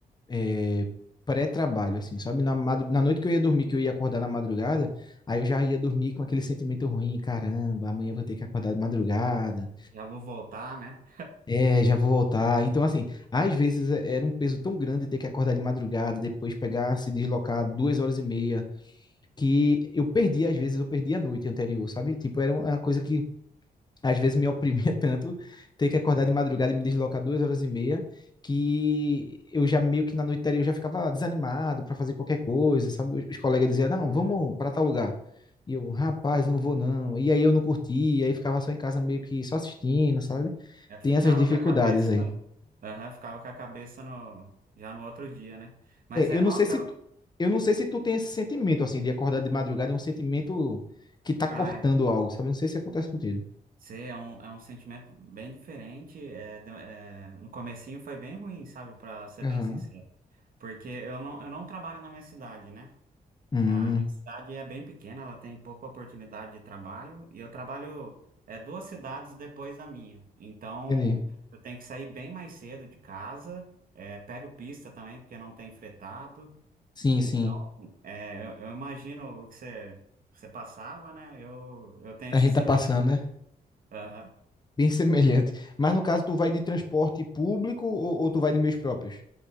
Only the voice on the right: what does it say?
Já vou voltar, né?
Eu ficava
com a cabeça.
Aham, ficava com a cabeça no... já no outro dia, né? Mas
é,
nossa,
ah,
você é um, é um sentimento bem diferente. é, de- é, no comecinho foi bem ruim, sabe? Pra ser
bem sincero. Porque eu não, eu não trabalho na minha cidade, né?
A minha cidade é bem pequena, ela tem pouca oportunidade de trabalho e eu trabalho é, duas cidades depois da minha. Então
eu tenho que sair bem mais cedo de casa, é, pego pista também porque não tem fretado.
Então
é, eu, eu imagino o que você, você passava, né? Eu, eu tenho
esse
sentimento.
Aham.